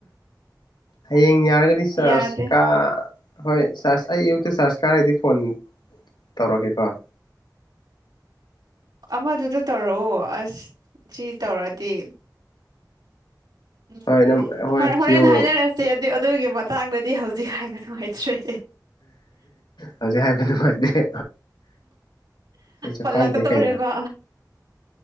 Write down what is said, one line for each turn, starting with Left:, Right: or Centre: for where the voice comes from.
Left: ꯍꯌꯦꯡ ꯌꯥꯔꯒꯗꯤ ꯆꯔꯁ
Right: ꯌꯥꯗꯦ
Left: ꯀ ꯍꯣꯏ ꯆꯥꯔꯖ ꯑꯩ ꯑꯌꯨꯛꯇ ꯆꯥꯔꯖ ꯀꯥꯔꯗꯤ ꯐꯣꯟ ꯇꯧꯔꯛꯒꯦꯀꯣ
Right: ꯑꯃꯗꯨꯗ ꯇꯧꯔꯛꯑꯣ ꯑꯁ ꯁꯤ ꯇꯧꯔꯗꯤ ꯎꯝ
Left: ꯍꯣꯏ ꯑꯗꯨꯝ ꯍꯣꯏ
Right: ꯍ
Left: ꯖꯤꯑꯣ
Right: ꯍꯣꯔꯦꯟ ꯍꯥꯏꯅꯔꯁꯤ ꯑꯗꯨ ꯑꯗꯨꯒꯤ ꯃꯇꯥꯡꯗꯗꯤ ꯍꯧꯖꯤꯛ ꯍꯥꯏꯕ ꯅꯨꯡꯉꯥꯏꯇ꯭ꯔꯦ
Left: ꯍꯧꯖꯤꯛ ꯍꯥꯏꯕ ꯅꯨꯡꯉꯥꯏꯅꯦꯦ ꯑꯩꯁꯨ
Right: ꯄꯜꯂꯛꯀꯗꯧꯔꯦꯕ
Left: ꯄꯥꯏ ꯗꯦꯅ